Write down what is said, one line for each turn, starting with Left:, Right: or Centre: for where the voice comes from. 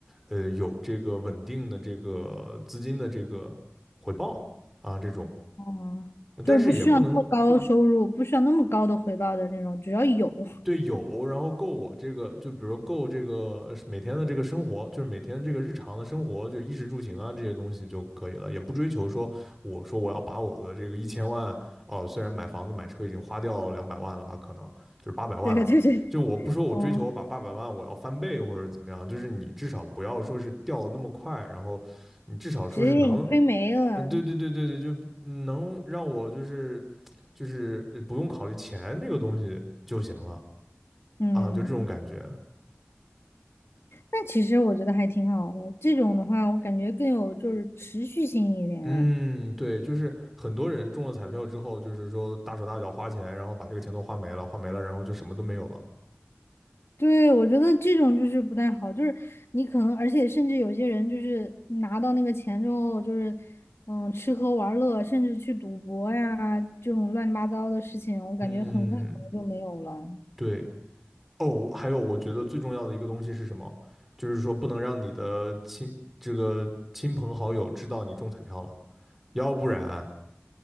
Centre: 呃，有这个稳定的这个资金的这个回报啊，这种。
Left: 哦，
Centre: 但是也不能，
Left: 就是不需要那么高的收入，不需要那么高的回报的那种，只要有，<laughs>
Centre: 对有，然后够我这个，就比如够这个呃每天的这个生活，就是每天这个日常的生活，就衣食住行啊这些东西就可以了，也不追求说我说我要把我的这个一千万哦，虽然买房子买车已经花掉两百万了吧，可能就是八百万了，
Left: 对对对对，
Centre: 就我不说我追求我把八百万我要翻倍或者怎么样，
Left: 嗯，
Centre: 就是你至少不要说是掉的那么快，然后你至少说是能，
Left: 直接给你亏没了，
Centre: 呃，对对对对对，就能让我就是就是呃不用考虑钱这个东西就行了。
Left: 嗯，
Centre: 啊，就这种感觉。
Left: 那其实我觉得还挺好的，这种的话，我感觉更有就是持续性一点。
Centre: 嗯，对，就是很多人中了彩票之后，就是说大手大脚花钱，然后把这个钱都花没了，花没了，然后就什么都没有了。
Left: 对，我觉得这种就是不太好，就是你可能，而且甚至有些人就是拿到那个钱之后，就是嗯，吃喝玩乐，甚至去赌博呀，这种乱七八糟的事情，我感觉很快可能就没有了。
Centre: 嗯，对。哦，还有我觉得最重要的一个东西是什么？就是说不能让你的亲这个亲朋好友知道你中彩票了，要不然